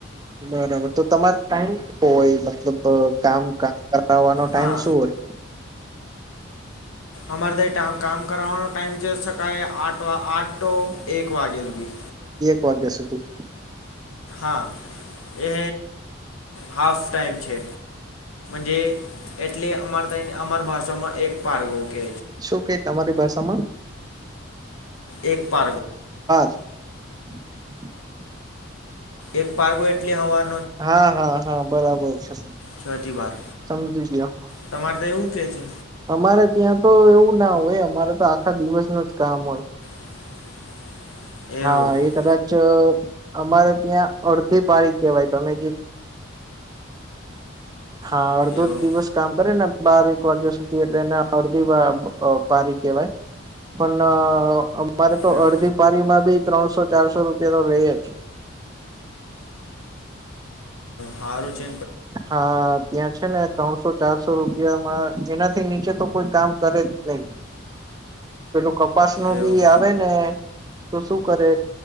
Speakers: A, on the right; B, on the left.
A: બરાબર તો તમારે ટાઈમ હોય મતલબ કામ વાનો ટાઈમ
B: હા
A: શું હોય?
B: અમારે તો કામ કરવાનો ટાઈમ જો શકાય આ આઠો એક વાગે લી
A: ક દ સુ ત <unintelligible>
B: હા એ હાફ ટાઈમ છે. જ એટલે અમાર અમાર ભાષામાં એક પારગો કે
A: શું ક તમારી ભાષામાં?
B: એક પાર્ક
A: <inaudible>
B: એક પાર્ગો એટલી હવા
A: હા હા હા બરાબર છે
B: છ થી બાર
A: સમજી ગયો.
B: તમારે તો એવું કે છે
A: અમારે ત્યાં તો એવું ના હોય અમારે તો આખા દિવસનું જ કામ હોય
B: <inaudible> એવું
A: હા એ કદાચ અમારે ત્યાં અડધી પારીખ કેહેવાય તમે જે હા અધો
B: એવું
A: દિવસ કામ કરે બારક વાગ્યા સુધી એટલે એને અડધી પારી કહેવાય પણ અમારે તો
B: એવું
A: અડધી પારીમાં બી ત્રણસો ચારસો રૂપિયા તો રે જ
B: હારું ચિ
A: હા ત્યાં છે ને ત્રણસો ચારસો રૂપિયામાં જેનાથી નીચે તો કોઈ કામ કરે જ નહી પેલું ક કપાસ નું
B: એવું
A: બી આવે ને તો શું કરે